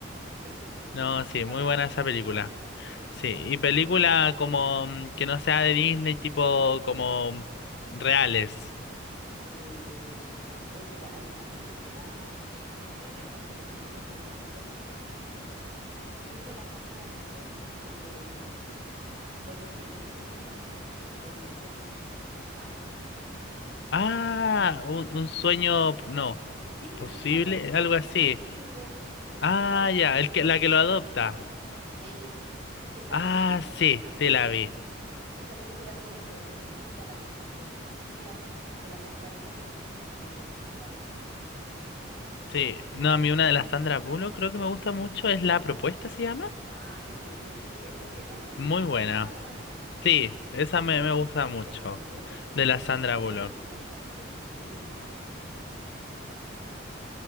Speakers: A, on the right (about 50°); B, on the left (about 55°).
A: sí, entonces
B: No,
A: me gusta mucho
B: sí,
A: la
B: muy
A: música.
B: buena esa película.
A: Sí, ese
B: Sí,
A: tipo
B: y
A: de película.
B: película como mm, que no sea de Disney, tipo como reales.
A: Eh, mm, hoy, mira, hay una película, no sé si, bueno, yo creo que la viste porque fue como súper exitosa en su momento, que es de la Sandra Bullock, em, con un negrito gigante que le decían Big Mike al niño, al
B: Ah,
A: protagonista.
B: un, un sueño, no,
A: Sí,
B: posible,
A: sí, es algo así, un
B: algo
A: sueño
B: así.
A: posible de
B: Ah,
A: Blindside,
B: ya,
A: creo.
B: el que,
A: Sí.
B: la que lo adopta.
A: Esa. Esa película,
B: Ah,
A: ponte
B: sí,
A: tú, la encuentro
B: sí la
A: preciosa.
B: vi.
A: Esa película la encontré linda, la encontré súper divertida, porque la Sandra Bullock más encima es como divertida en la película. Pues me gusta, me gustó mucho
B: Sí,
A: esa película.
B: no, a mí una de las Sandra Bullock creo que me gusta mucho es La Propuesta, ¿se llama?
A: Ah, es que sí, esa, esa es como
B: Muy
A: una comedia
B: buena.
A: romántica.
B: Sí, esa
A: Como
B: me,
A: comedia-
B: me gusta mucho,
A: es muy buena. Es que yo
B: de
A: creo
B: la Sandra
A: que esa actriz,
B: Bullock.
A: esa actriz es muy, ella es muy seca, es muy buena, buena actriz.